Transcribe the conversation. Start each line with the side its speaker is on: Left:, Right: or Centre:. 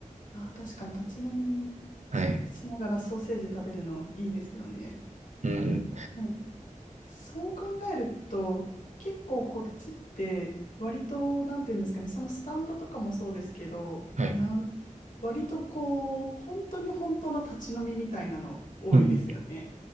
Left: あ確かに立ち飲みし、
Right: はい。
Left: しながらソーセージ食べるのいいですよね。
Right: うん、
Left: でもそう考えると、結構こっちって割と、なんていうんですかね、そのスタンドとかもそうですけど、
Right: はい。
Left: なん、割とこう、本当に本当の立ち飲みみたいなの多いですよね。
Right: うん、